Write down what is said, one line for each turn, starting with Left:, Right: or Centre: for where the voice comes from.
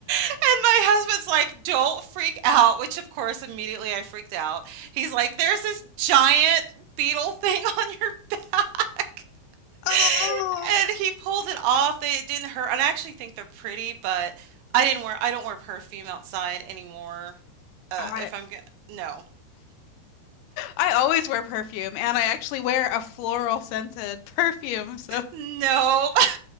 Right: And my husband's like, "Don't freak out," which of course immediately I freaked out. He's like, "There's this giant beetle thing <laughs> on your back."
Left: Oh.
Right: <laughs> And he pulled it off. They, it didn't hurt. And I actually think they're pretty, but I didn't wear I don't wear perfume outside anymore. Uh,
Left: Oh, I
Right: if I'm gonna, no.
Left: I always wear perfume and I actually wear a floral scented <laughs> perfume, so
Right: no. <laughs>